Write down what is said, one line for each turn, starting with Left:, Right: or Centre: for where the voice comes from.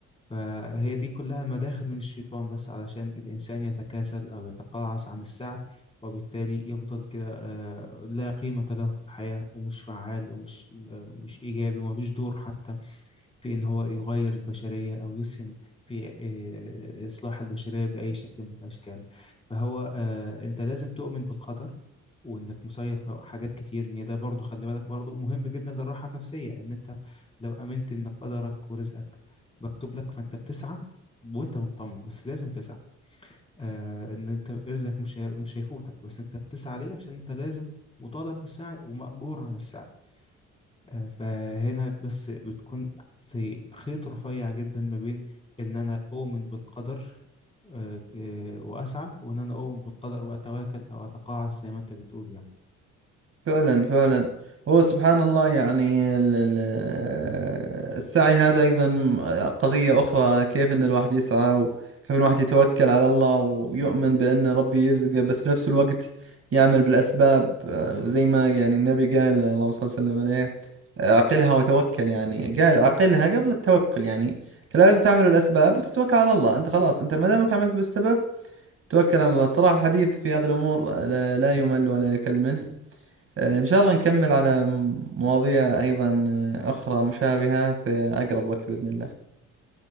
Left: فهي دي كلها مداخل من الشيطان بس علشان الإنسان يتكاسل أو يتقاعس عن السعي وبالتالي يفضل كده آه، لا قيمة له في الحياة ومش فعال ومش آه، مش إيجابي ملوش دور حتى في إن هو يغير البشرية أو يسهم في آه، إصلاح البشرية بأي شكل من الأشكال فهو آه، أنت لازم تؤمن بالقدر وإنك مسير في حاجات كتير إن ده برضو خلي بالك برضو مهم جدا للراحة النفسية إن أنت لو آمنت إن قدرك ورزقك مكتوب لك فأنت بتسعى وانت مطمن بس لازم تسعى آه ان انت رزقك مش هي- مش هيفوتك بس انت بتسعى ليه عشان انت لازم مطالب بالسعي ومأجور على السعي آه، فهنا بس بتكون زي خيط رفيع جدا ما بين ان انا اؤمن بالقدر آه، آه، واسعى وان انا اؤمن بالقدر واتواكل او اتقاعس زي ما انت بتقول يعني
Right: فعلا فعلا هو سبحان الله يعني ال- ال- السعي هذا أيضا قضية أخرى كيف أن الواحد يسعى وكيف أن الواحد يتوكل على الله ويؤمن بأن ربي يرزقه بس في نفس الوقت يعمل بالأسباب آه، زي ما يعني النبي قال اللهم صل وسلم عليه آه، عقلها وتوكل يعني قال عقلها قبل التوكل يعني أنت لازم تعمل الأسباب وتتوكل على الله أنت خلاص أنت ما دامك عملت بالسبب توكل على الله الصراحة الحديث في هذه الأمور لا لا يمل ولا يكل منه آه، إن شاء الله نكمل على مواضيع أيضا آه، أخرى مشابهة في أقرب وقت بإذن الله